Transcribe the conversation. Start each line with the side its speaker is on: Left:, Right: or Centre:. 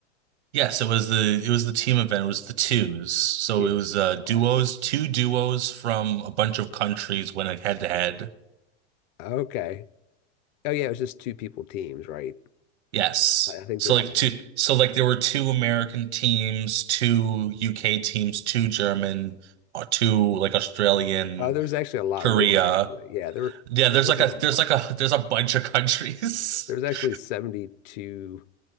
Right: yes, it was the it was the team event. It was the twos. So
Left: Yeah,
Right: it was
Left: Zurich
Right: uh duos,
Left: Classic.
Right: two duos from a bunch of countries went head to head.
Left: Okay. Oh yeah, it was just two people teams, right?
Right: Yes.
Left: I I think
Right: So
Left: they're
Right: like
Left: all.
Right: two, so like there were two American teams, two UK teams, two German, or two like Australian,
Left: Uh, there's actually a lot
Right: Korea.
Left: more, actually. Yeah, there,
Right: Yeah, there's
Left: there's
Right: like
Left: like
Right: a
Left: a bunch.
Right: there's like a there's a bunch of countries.
Left: There's actually
Right: <laughs>
Left: 72